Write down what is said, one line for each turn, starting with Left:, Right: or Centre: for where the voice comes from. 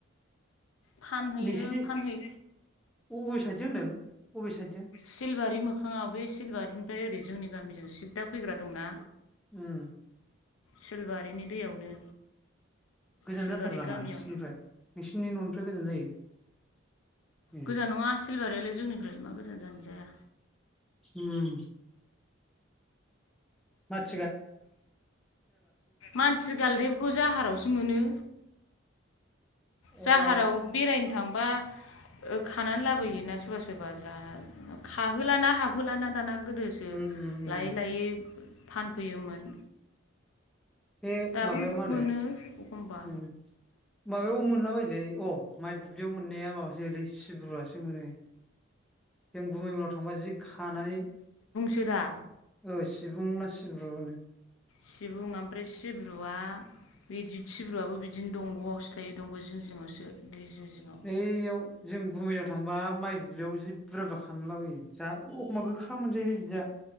Left: फानहैयो
Centre: नोंसिनि
Left: फानहै
Centre: अबे साइडजों होनदों अबे साइडजों
Left: सिलबारि मोखाङाव बे सिलबारिनिफ्राय ओरै जोंनि गामिजों सिददा फैग्रा दंना?
Centre: उम्म
Left: सिलबारिनि दैयावनो
Centre: गोजान
Left: सिलबारि
Centre: जाथारो नामा
Left: गामियाव
Centre: नोंसिनिफ्राय नोंसिनि न'नि फ्राय गोजान जायो? ए
Left: गोजान नङा सिलबारियालाय जोंनिफ्रायलाय मा गोजान जानो जाया।
Centre: उम्म माथो
Left: मानसि गालदेबखौ जाहारावसो मोनो। जाहाराव
Centre: अ
Left: बेरायनो थां बा खानानै लाबोयोना सोरबा सोरबा जा खाहोलाना हाबहोलाना दाना। गोदोसो
Centre: उम उम उम
Left: लायै लायै फान फैयोमोन।
Centre: बे
Left: दाबो
Centre: माबायाव मा होनो
Left: मोनो एखमबा।
Centre: उम माबायाव मोनला बायोलै अ माइ दुब्लियाव मोननाया माबासोलै सिब्रुवासो मोनो। जों गुमै मोननाव थांबा जि खानानै
Left: गोरा।
Centre: ओ सिबुं ना सिब्रु होनो?
Left: सिबुं ओमफ्राय सिब्रुआ बिदि सिब्रुआबो बिदिनो दंग'आवसो बे दंग' जिं जिङावसो। दै जिं जिङाव
Centre: बेयाव जों गुमैनाव थांबा माइ दुब्लियाव जि बुरजा बुरजा खाना लाबोयो जा एखमबा गोखा मोनजायोलै बिदिया।